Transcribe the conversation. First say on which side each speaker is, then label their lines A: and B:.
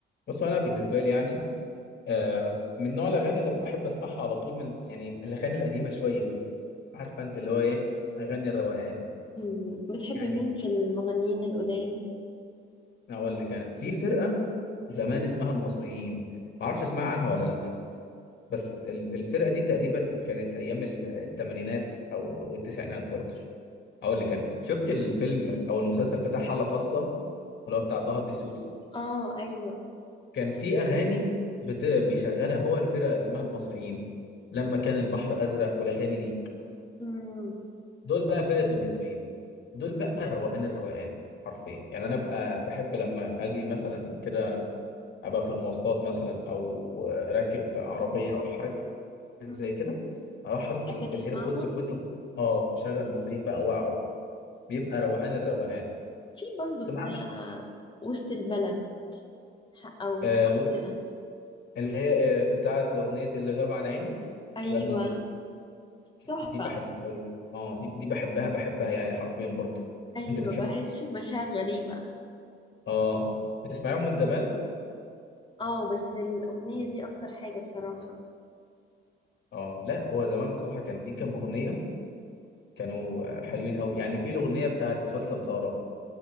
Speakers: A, on the left (about 60°); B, on the left (about 25°).
A: بص انا بالنسبه لي يعني آه من نوع الاغاني اللي بحب اسمعها على طول من يعني الاغاني القديمه شويه دي عارفه انت اللي هو ايه اغاني الروقان
B: مم. بتحب
A: يعني
B: مين في المغنيين القدام
A: اقول لك انا في فرقه زمان اسمها المصريين ما اعرفش اسمع عنها ولا لا بس ال- الفرقه دي تقريبا كانت ايام ال- الثمانينات او أو التسعينات برضه اقول لك انا شفت الفيلم او المسلسل بتاع حاله خاصه اللي هو بتاع طه الدسوقي
B: اه ايوه
A: كان في اغاني بت... بيشغلها هو الفرقه اسمها المصريين لما كان البحر ازرق والاغاني دي
B: امم
A: دول بقى فرقة المصريين دول بقى روقان الروقان حرفيا يعني انا ابقى بحب لما اجي مثلا كده ابقى في المواصلات مثلا او راكب عربية او حاجة
B: امم
A: زي كده اروح حاطط
B: تحب
A: الايربودز
B: تسمعهم
A: في ودني اه اشغل المصريين بقى واقعد بيبقى روقان الروقان
B: في برضو
A: سمعت
B: بتاع وسط البلد ح- او
A: آه
B: حاجه
A: و-
B: كده
A: اللي هي آه، بتاعت اغنية اللي غاب عن عيني
B: ايوه
A: غنوا دي
B: تحفه
A: دي بحبها قوي اه دي دي بحبها بحبها يعني حرفيا برضه
B: ايوه
A: انت بتحب
B: بحس بمشاعر غريبه
A: اه بتسمعيهم من زمان
B: اه بس الاغنيه دي اكتر حاجه بصراحه
A: اه لا هو زمان بصراحة كان في كام أغنية كانوا آه، حلوين قوي يعني في الأغنية بتاعت مسلسل سارة